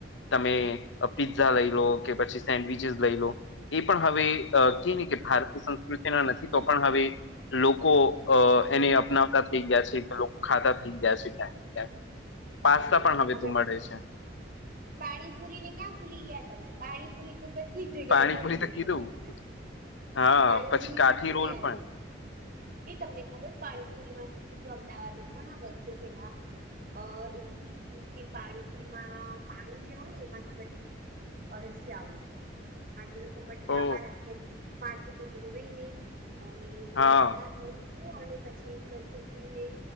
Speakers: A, on the left; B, on the right.
A: તમે અ પીઝા લઈ લો, કે પછી સેન્ડવીચસ લઈ લો, એ પણ હવે કે નહી કે અ ભારતીય સં કૃત્યના નથી તો પણ હવે લોકો અ એને અપનાવતા થઈ ગયા છે, કે લોકો ખાતા થઈ ગયા છે, <unintelligible> પાસ્તા
B: હમ્મ
A: પણ હવે
B: આપ
A: તું મળે છે
B: પાણીપુરીને ક્યાં ભૂલી ગયા તમે પાણીપુરી તો બધી જગ્યાએ
A: પાણીપુરી
B: મળી
A: તો
B: જશે
A: કીધું
B: તમને.
A: હા
B: પાણીપુરી
A: પછી કાઠી
B: કીધું
A: રોલ
B: ને.
A: પણ
B: એ તમને ખબર પાણીપુરીમાં શું હતું અમદાવાદમાં ઘણા વર્ષો પેલા, અ એવું હતું તુકે પાણીપુરીમાં પાણી જે હોય ને એમાંથી બધી અડસીયાઓ નિકળ્યા હતા કારણકે એ લો કો મટકામાં
A: ઓ
B: રાખે, માટલું તો ધોવે નહીં, અને
A: હા
B: એવી રીતના થયું તુ અને પછી એક છોકરીને